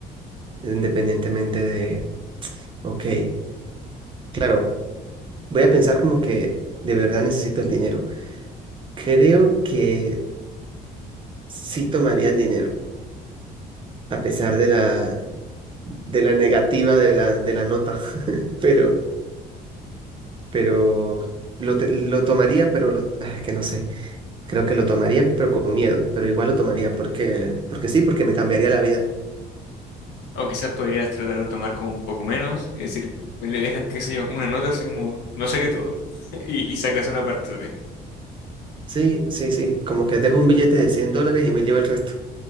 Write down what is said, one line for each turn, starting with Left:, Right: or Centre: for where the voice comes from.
Right: independientemente de, ok, claro. Voy a pensar como que de verdad necesito el dinero. Creo que sí tomaría el dinero, a pesar de la, de la negativa de la, de la nota. <laughs> Pero, pero lo, te- lo tomaría, pero lo, ah, es que no sé. Creo que lo tomaría, pero con miedo. Pero igual lo tomaría porque, porque sí, porque me cambiaría la vida.
Left: O quizás podrías tratar de tomar como un poco menos y decir, pues, le dejas, qué sé yo, una nota así como, no sé qué todo. <laughs> Y, y sacas una parte de ti.
Right: Sí, sí, sí. Como que dejo un billete de 100 dólares y me llevo el resto.